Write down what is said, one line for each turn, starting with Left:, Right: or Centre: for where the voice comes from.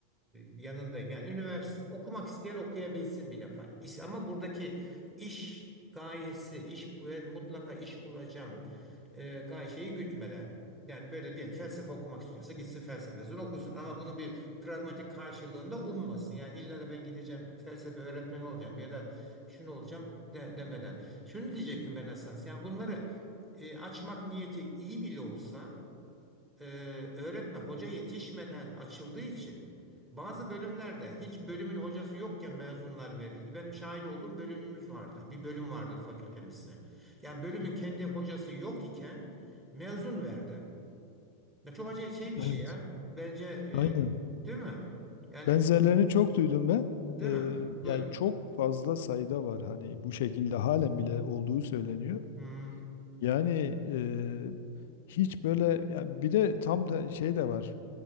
Right: yanındayım. Yani üniversite okumak isteyen okuyabilsin bir defa. İs- Ama buradaki iş gayesi, iş ben mutlaka iş bulacağım e, gay şeyi gütmeden. Yani böyle diye felsefe okumak istiyorsa gitsin felsefesini okusun ama bunu bir pragmatik karşılığında ummasın. Yani illa da ben gideceğim felsefe öğretmeni olacağım ya da şunu olacağım de- demeden. Şunu diyecektim ben esas. Yani bunları e, açmak niyeti iyi bile olsa e, öğretmen hoca yetişmeden açıldığı için bazı bölümlerde hiç bölümün hocası yokken mezunlar verildi. Benim şahit olduğum bölümümüz vardı. Bir bölüm vardı fakültemizde. Yani bölümün kendi hocası yok iken mezun verdi. Ya çok acı şey bir
Left: e,
Right: şey
Left: evet,
Right: ya. Bence e,
Left: aynen.
Right: değil mi? Yani
Left: Benzerlerini çok duydum ben.
Right: değil
Left: E,
Right: mi? Buyurun.
Left: yani çok fazla sayıda var hani bu şekilde halen bile olduğu söyleniyor.
Right: Hı.
Left: Yani e, hiç böyle ya bir de tam da şey de var.